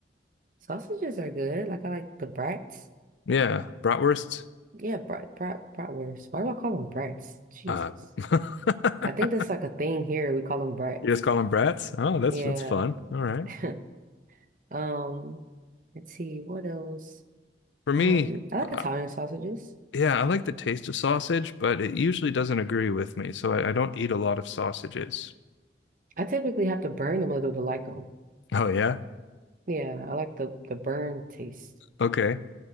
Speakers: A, on the right; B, on the left.
A: <laughs> Sausages are good. Like I like the brats.
B: Yeah, bratwursts.
A: Yeah, brat, brat, bratwurst. Why do I call them brats? Jesus.
B: Uh, <laughs>
A: I think that's like a thing here. We call them brats.
B: You just call them brats? Oh, that's
A: Yeah.
B: that's fun. All right.
A: <laughs> Um, let's see, what else?
B: For me,
A: Um, I like
B: uh,
A: Italian sausages.
B: yeah, I like the taste of sausage, but it usually doesn't agree with me, so I, I don't eat a lot of sausages.
A: I typically have to burn them a little to like them.
B: Oh yeah?
A: Yeah, I like the the burn taste.
B: Okay.